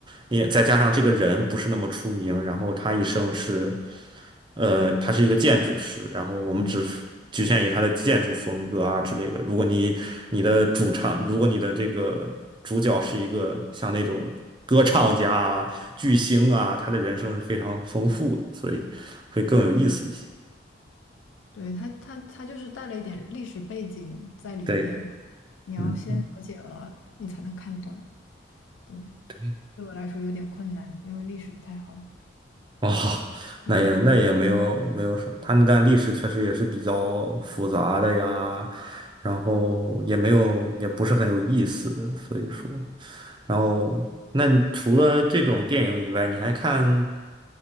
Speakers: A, on the right; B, on the left.
A: 也再加上这个人不是那么出名，然后他一生是。呃，他是一个建筑师，然后我们只局限于他的建筑风格啊之类的。
B: 嗯，
A: 如果你你的主唱，如果你的这个主角是一个像那种歌唱家啊巨星啊，他的人生是非常丰富的，所以会更有意思一些。
B: 对，他他他就是带了一点历史背景在里面，
A: 对，
B: 你要先了解了，
A: 嗯，
B: 你才能看懂。对，
A: 对，
B: 对我来说有点困难，因为历史不太好。
A: 哦，那也那也没有没有什么，
B: <laughs>
A: 他那段历史确实也是比较复杂的呀，然后也没有也不是很有意思的，所以说。然后，那你除了这种电影以外，你还看